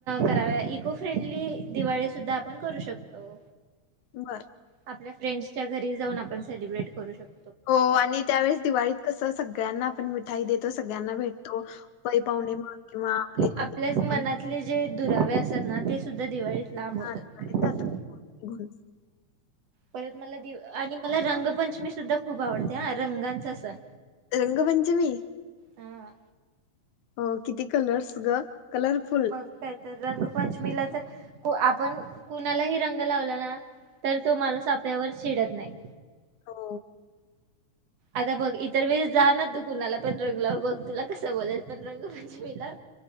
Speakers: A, on the right; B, on the left.
A: कराव इको फ्रेंडली दि दिवाळी सुद्धा आपण करू शकतो
B: बर
A: आपल्या फ्रेंडसच्या घरी जाऊन आपण सेलिब्रेट करू शकतो
B: हो आणि त्यावेेळेस दिवाळीत कसं सगळ्यांना आपण मिठाई देतो सगळ्यांना भेटतो पई पाहुणे मग किंवा आपले
A: आपल्याच
B: कधी
A: मनातले जे दुरावे असतात ना ते सुद्धा दिवाळीत लांब होतात.
B: हा घरून
A: परत मला दिव आणि मला रंगपंचमी सुद्धा खूप आवडते हा रंगांचा सण
B: रंगपंचमी
A: हा
B: हो किती कलर्स ग कलरफुल
A: मग काय तर रंग पंचमीला तर आपण कुणालाही रंग लावला ना तर तो माणूस आपल्यावर चिडत नाही
B: हो
A: आता बघ इतर वेळेस जा ना तू कुणाला पण रंग लाव बघ तुला कसं बोलल पण रंगपंचमीला